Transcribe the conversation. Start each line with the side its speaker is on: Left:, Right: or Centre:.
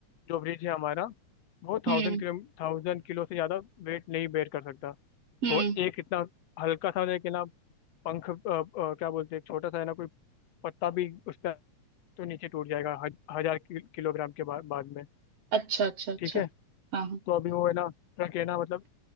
Left: जो ब्रिज है हमारा वो
Right: हम्म
Left: थाउजेंड
Right: हम्म,
Left: किलो थाउजेंड किलो से ज़्यादा वेट नहीं बेयर कर सकता
Right: हम्म,
Left: तो एक इतना हल्का सा एक है ना पंख अ, अ, क्या बोलते हैं एक छोटा सा है ना कोई पत्ता भी उस पर तो नीचे टूट जाएगा हज, हजार किल- किलोग्राम के बा, बाद में
Right: अच्छा अच्छा अच्छा
Left: ठीक है
Right: हाँ हाँ,
Left: तो अभी वो है ना ट्रक है ना मतलब